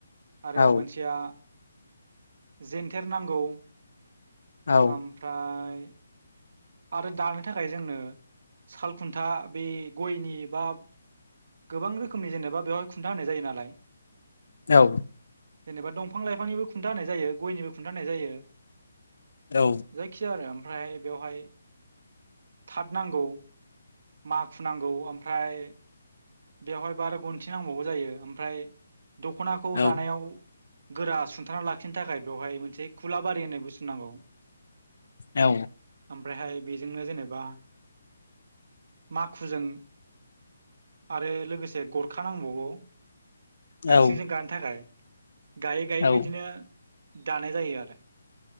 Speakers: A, on the right; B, on the left.
A: आरो
B: औ
A: मोनसेया जेेनथेर नांगौ
B: औ
A: ओमफ्राय आरो दानो थाखाय जोंनो साल खुन्था बे गयनि बा गोबां रोखोमनि जेनेबा बेवहाय खुन्था होनाय जायो नालाय
B: औ
A: जेनेबा दंफां लाइफांनिबो खुन्था होनाय जायो गयनिबो खुन्था होनाय जायो
B: औ
A: जायखि आरो ओमफ्राय बेवहाय थाद नांगौ माखु नांगौ ओमफ्राय बेवहायबो आरो गनथि नांबावगौ जायो ओमफ्राय दख'नाखौ
B: औ
A: दानायाव गोरा सुंथा लाखिनो थाखाय बेवहाय मोनसे खुलाबारि होननाय बुस्थु नांगौ
B: औ
A: ओमफ्रायहाय बेजोंनो जेनेबा माखुजों आरो लोगोसे गरखा नांबावगौ
B: औ
A: आथिंजों
B: औ
A: गानो थाखाय गायै गायै
B: औ
A: बिदिनो दानाय जायो आरो